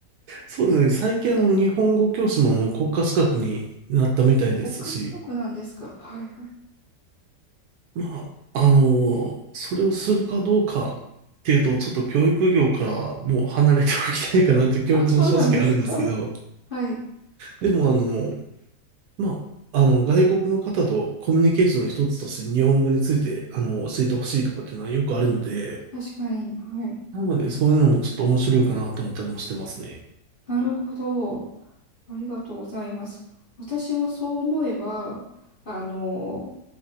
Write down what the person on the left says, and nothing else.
お国家資格なんですか。はいはい。
あ、そうなんですか。はい。
確かに。はい。
なるほど。ありがとうございます。私もそう思えば、あの、